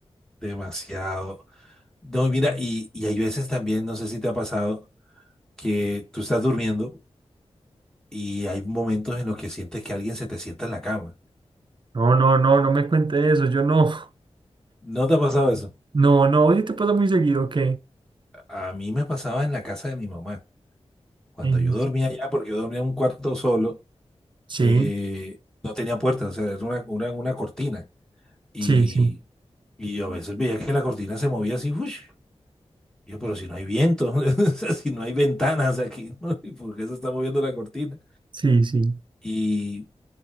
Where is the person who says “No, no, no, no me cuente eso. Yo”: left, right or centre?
Right